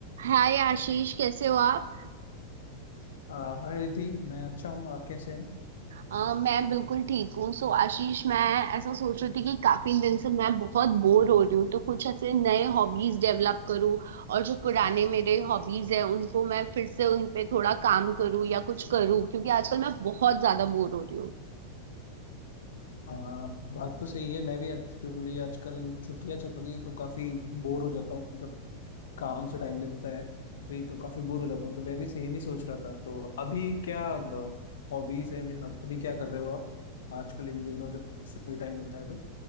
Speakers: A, on the right (about 60°); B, on the left (about 60°).
A: हाय आशीष कैसे हो आप
B: आ, hi Ridhi मैं अच्छा हूँ आप कैसे हैं
A: अ, मैं बिल्कुल ठीक हूँ सो आशीष मैं ऐसा सोच रही थी कि काफी दिन से मैं बहुत बोर हो रही हूँ तो कुछ ऐसे नए हॉबीज डेवलप करूँ और जो पुराने मेरे हॉबीज है उनको मैं फिर से उन पे थोड़ा काम करूँ या कुछ करूँ क्योंकि आजकल मैं बहुत ज्यादा बोर हो रही हूँ
B: आ, बात तो सही है मैं भी एक्चुअली आजकल छुट्टियाँ चल रही है तो काफी बोर हो जाता हूँ जब काम से टाइम मिलता है फ्री तो काफी बोर हो जाता हूँ तो मैं भी सेम ही सोच रहा था तो अभी क्या हॉबीज है मेरे- अब अभी क्या कर रहे हो आप आजकल इन दिनों जब फ्री टाइम मिलता है तो